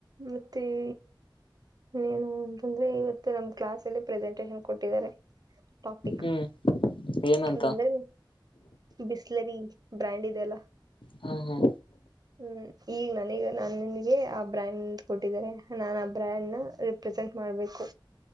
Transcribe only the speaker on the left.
ಹ್ಮ್ ಏನಂತ
ಹಾ ಹ್ಮ್